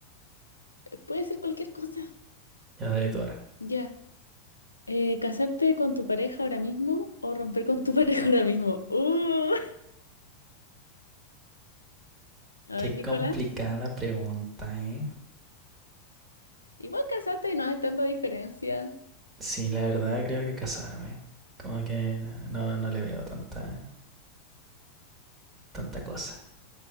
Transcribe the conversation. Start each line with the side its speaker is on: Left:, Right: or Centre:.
Left: puede ser cualquier cosa.
Right: Ya de tu hora.
Left: Ya. Eh, ¿casarte con tu pareja ahora mismo o romper con tu <laughs> pareja ahora mismo? Uh, a
Right: Qué
Left: ver, Nicolás.
Right: complicada pregunta, ¿eh?
Left: Igual casarte no hay tanta diferencia.
Right: Sí, la verdad creo que casarme. Como que no, no le veo tanta, tanta cosa.